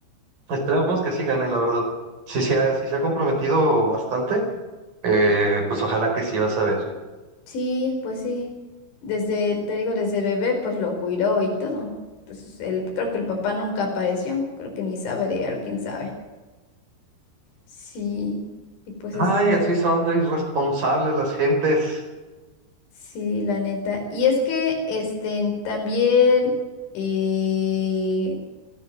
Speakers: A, on the right; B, on the left.
A: Esperemos que sí gane, la verdad. Si se ha, sí se ha comprometido bastante Eh, pues ojalá que sí vas a ver.
B: Sí, pues sí. Desde, te digo, desde bebé, pues lo cuidó y todo. Entonces, él, creo que el papá nunca apareció. Creo que ni sabe de él, quién sabe. Sí, y pues así
A: Ay,
B: la,
A: así son de irresponsables las gentes.
B: sí, la neta. Y es que, este, también, eh,